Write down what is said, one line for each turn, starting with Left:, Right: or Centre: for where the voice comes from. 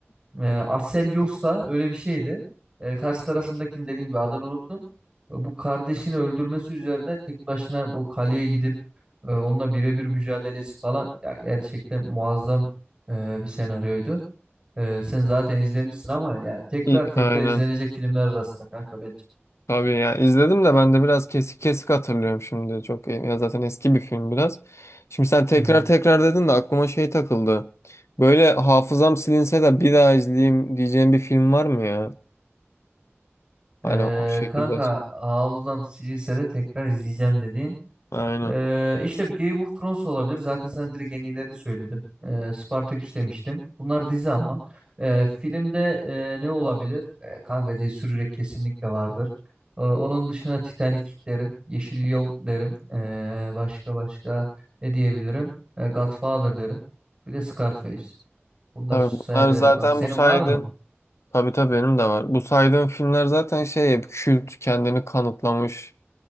Right: E, Aselios da öyle bir şeydi. E, karşı tarafındakini dediğim gibi adını unuttum. E, Bu kardeşini öldürmesi üzerine tek başına bu kaleye gidip e, onunla birebir mücadelesi falan ya, gerçekten muazzam e, bir senaryoydu. E, sen zaten izlemişsin ama ya tekrar
Left: İ-
Right: tekrar
Left: Aynen.
Right: izlenecek filmler arasında kanka bence.
Left: Tabii ya izledim de ben de biraz kesik kesik hatırlıyorum şimdi. Çok iyi. Ya zaten eski bir film biraz. Şimdi sen tekrar
Right: Evet.
Left: tekrar dedin de aklıma şey takıldı. Böyle hafızam silinse de bir daha izleyeyim diyeceğim bir film var mı ya? Hani
Right: E,
Left: o şekilde.
Right: kanka hafızam silinse de tekrar izleyeceğim dediğin
Left: Aynen.
Right: Ee, işte bir Game of Thrones olabilir. Zaten sana direkt en iyilerini söyledim. Ee, Spartaküs demiştim. Bunlar dizi ama. Ee, filmde e, ne olabilir? Ee, Kanka Cesur Yürek kesinlikle vardır. Ee, onun dışında Titanic derim. Yeşil Yol derim. Ee, başka başka ne diyebilirim? Ee, Godfather derim. Bir de Scarface. Bunları
Left: Tabii
Right: sayabilirim
Left: bunlar zaten
Right: kanka. Senin
Left: bu saydığın.
Right: var mı?
Left: Tabii tabii benim de var. Bu saydığım filmler zaten şey hep kült kendini kanıtlamış.